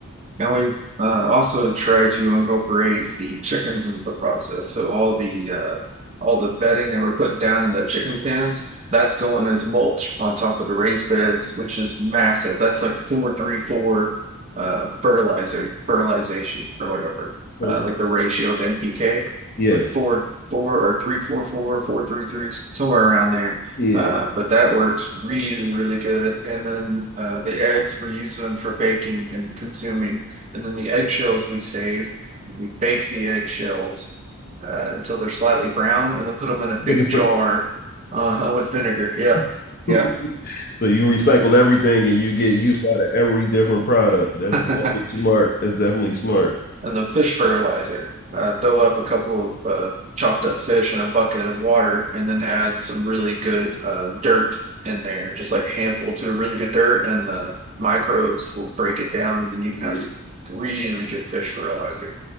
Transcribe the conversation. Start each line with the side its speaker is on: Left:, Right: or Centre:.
Right: Now we've uh, also tried to incorporate the chickens into the process. So all the uh, all the bedding that we're putting down in the chicken pens, that's going as mulch on top of the raised beds, which is massive. That's like four three four uh, fertilizer fertilization or whatever.
Left: Okay.
Right: Uh, like the ratio of NPK,
Left: Yeah,
Right: it's like four four or three four four four three three somewhere around there.
Left: yeah.
Right: Uh,
Left: <laughs>
Right: but that works really, really good. And then uh, the eggs we're using for baking and consuming. And then the eggshells we save, we bake the eggshells uh, until they're slightly brown and then put them in a big
Left: We can put,
Right: jar uh, with vinegar. Yep.
Left: <laughs>
Right: Yep.
Left: so you recycle everything and you get used out of every different product. That's
Right: Yep.
Left: definitely smart.
Right: <laughs>
Left: That's definitely smart.
Right: And the fish fertilizer. Uh, throw up a couple of uh, chopped up fish in a bucket of water and then add some really good uh, dirt in there, just like a handful to really good dirt, and the microbes will break it down. Then you can
Left: Yeah.
Right: have some really good fish fertilizer.